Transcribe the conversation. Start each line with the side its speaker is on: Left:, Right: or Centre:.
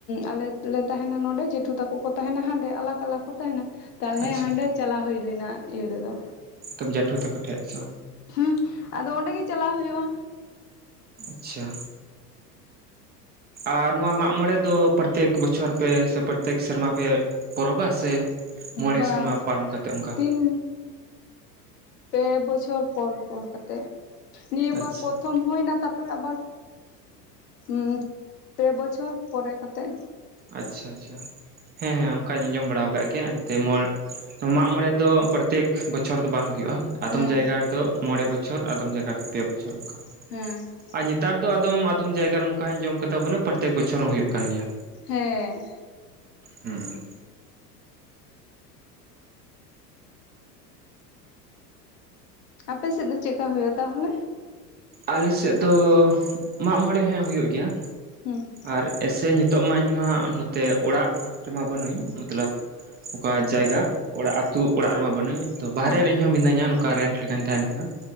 Left: ᱟᱞᱮ ᱞᱮ ᱛᱟᱦᱮᱱᱟ ᱱᱚᱸᱰᱮ ᱡᱮᱴᱩ ᱛᱟᱠᱚ ᱠᱚ ᱛᱟᱦᱮᱱᱟ ᱦᱟᱸᱰᱮ ᱟᱞᱟᱜ ᱟᱞᱟᱜᱽ ᱠᱚ᱾ ᱛᱟᱦᱮᱱᱟ ᱛᱟᱦᱚᱞᱮ
Right: ᱟᱪᱪᱷᱟ
Left: ᱦᱟᱸᱰᱮ ᱪᱟᱞᱟᱣ ᱦᱩᱭ ᱞᱮᱱᱟ ᱤᱭᱟᱹ ᱨᱮᱫᱚ᱾
Right: ᱛᱚᱵᱽ ᱡᱮᱴᱷᱩ ᱛᱟᱠᱚ ᱴᱷᱮᱡ ᱪᱚ᱾
Left: ᱦᱩᱸ ᱟᱫᱚ ᱚᱸᱰᱮ ᱜᱮ ᱪᱟᱞᱟᱣ ᱦᱩᱭᱩᱜᱼᱟ᱾
Right: ᱟᱪᱪᱷᱟ ᱟᱨ ᱱᱚᱣᱟ ᱢᱟᱜ ᱢᱚᱬᱮ ᱫᱚ ᱯᱨᱚᱛᱮᱠ ᱵᱚᱪᱷᱚᱨ ᱯᱮ ᱥᱮ ᱯᱨᱚᱛᱮᱠ ᱥᱮᱨᱢᱟ ᱯᱮ᱾ ᱯᱚᱨᱚᱵᱟ ᱥᱮ ᱢᱚᱬᱮ
Left: ᱵᱟ
Right: ᱥᱮᱨᱢᱟ ᱯᱟᱨᱚᱢ ᱠᱟᱛᱮᱫ ᱚᱱᱠᱟ
Left: ᱛᱤᱱ ᱯᱮ ᱵᱚᱪᱷᱚᱨ ᱯᱚᱨ ᱯᱚᱨ ᱠᱟᱛᱮ ᱱᱤᱭᱟᱹ
Right: ᱟᱪᱪᱷᱟ
Left: ᱵᱟᱨ ᱯᱨᱚᱛᱷᱚᱢ᱾ ᱦᱩᱭᱱᱟ ᱛᱟᱯᱚᱨᱮ ᱟᱵᱟᱨ ᱩᱸ ᱯᱮ ᱵᱚᱪᱷᱚᱨ ᱯᱚᱨᱮ ᱠᱟᱛᱮᱜ᱾
Right: ᱟᱪᱪᱷᱟ ᱟᱪᱪᱷᱟ ᱦᱮᱸ ᱦᱮᱸ ᱚᱱᱠᱟᱧ ᱟᱸᱡᱚᱢ ᱵᱟᱲᱟ ᱟᱠᱟᱫ ᱜᱮᱭᱟ ᱮᱱᱛᱮ, ᱢᱚᱬ ᱢᱟᱜ ᱢᱚᱬᱮ ᱫᱚ ᱯᱨᱚᱛᱮᱠ᱾ ᱵᱚᱪᱷᱚᱨ ᱫᱚ ᱵᱟᱝ ᱦᱩᱭᱩᱜᱼᱟ, ᱟᱫᱚᱢ
Left: ᱦᱮᱸ
Right: ᱡᱟᱭᱜᱟ ᱨᱮᱫᱚ ᱢᱚᱬᱮ ᱵᱚᱪᱷᱚᱨ, ᱟᱫᱚᱢ ᱡᱟᱭᱜᱟ ᱨᱮ ᱫᱚ ᱯᱮ ᱵᱚᱪᱷᱚᱨ᱾ ᱚᱱᱠᱟ
Left: ᱦᱮᱸ
Right: ᱟᱨ ᱱᱮᱛᱟᱨ ᱫᱚ ᱟᱫᱚᱢ ᱟᱫᱚᱢ ᱡᱟᱭᱜᱟ ᱨᱮ ᱱᱚᱝᱠᱟ ᱦᱚᱧ ᱡᱚᱢ ᱟᱠᱟᱫᱟ, ᱵᱚᱞᱮ ᱯᱨᱚᱛᱮᱠ ᱵᱚᱪᱷᱚᱨ ᱦᱚᱸ ᱦᱩᱭᱩᱜ ᱠᱟᱱ ᱜᱮᱭᱟ᱾
Left: ᱦᱮᱸ
Right: ᱦᱩᱸ
Left: ᱟᱯᱮᱥᱮᱫ ᱫᱚ ᱪᱮᱫ ᱠᱟ ᱦᱩᱭᱩᱜᱼᱟ ᱛᱟᱦᱚᱞᱮ?
Right: ᱟᱞᱮ ᱥᱮᱫ ᱫᱚ ᱢᱟᱜᱢᱚᱬᱮ ᱦᱮᱸ ᱦᱩᱭᱩᱜ ᱜᱮᱭᱟ᱾
Left: ᱦᱩᱸ᱾
Right: ᱟᱨ ᱮᱥᱮ ᱧᱤᱛᱚᱜ ᱢᱟ ᱤᱧᱢᱟ ᱱᱚᱛᱮ ᱚᱲᱟᱜ ᱨᱮᱢᱟ ᱵᱟᱹᱱᱩᱧ, ᱢᱚᱛᱞᱚᱵ ᱚᱠᱟ
Left: ᱦᱮᱸ
Right: ᱡᱟᱭᱜᱟ ᱚᱲᱟᱜ ᱟᱹᱛᱩ ᱚᱲᱟᱜ ᱨᱮᱢᱟ ᱵᱟᱹᱱᱩᱧ, ᱟᱫᱚ ᱵᱟᱦᱨᱮ
Left: ᱦᱮᱸ
Right: ᱨᱮ ᱤᱧᱦᱚᱸ ᱢᱤᱱᱟᱹᱧᱟ ᱱᱚᱝᱠᱟ ᱨᱮᱱᱴ ᱞᱮᱠᱟᱧ ᱛᱟᱦᱮᱸᱱ ᱠᱟᱱᱟ᱾